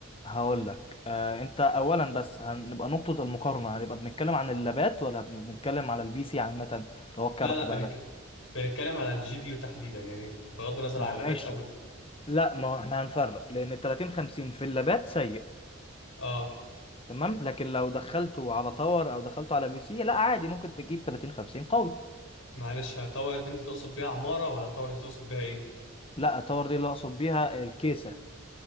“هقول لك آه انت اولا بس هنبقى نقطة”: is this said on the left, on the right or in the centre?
Left